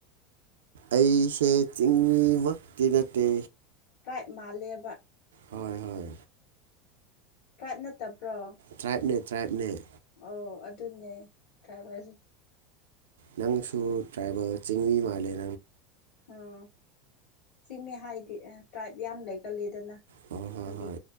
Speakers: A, on the right; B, on the left.
A: ꯑꯩꯁꯦ ꯆꯤꯡꯃꯤꯃꯛꯇꯤ ꯅꯠꯇꯦ
B: ꯄ꯭ꯔꯥꯏꯞ ꯃꯥꯜꯂꯦꯕ
A: ꯍꯣꯏ ꯍꯣꯏ
B: ꯀꯞ ꯅꯠꯇꯕ꯭ꯔꯣ
A: ꯇ꯭ꯔꯥꯏꯞꯅꯦ ꯇ꯭ꯔꯥꯏꯞꯅꯦ
B: ꯑꯣ ꯑꯗꯨꯅꯦ꯭ꯔꯥꯏꯕ
A: ꯅꯪꯁꯨ ꯗ꯭ꯔꯥꯏꯕꯔ ꯆꯤꯡꯃꯤ ꯃꯥꯂꯦꯟ
B: ꯑꯣ ꯆꯤꯡꯃꯦ ꯍꯥꯏꯗꯤ ꯇ꯭ꯔꯥꯏꯞ ꯌꯥꯝ ꯂꯩꯒꯜꯂꯤꯗꯅ ꯑꯗꯨꯗꯒꯤ
A: ꯍꯣꯏ ꯍꯣꯏ ꯍꯣꯏ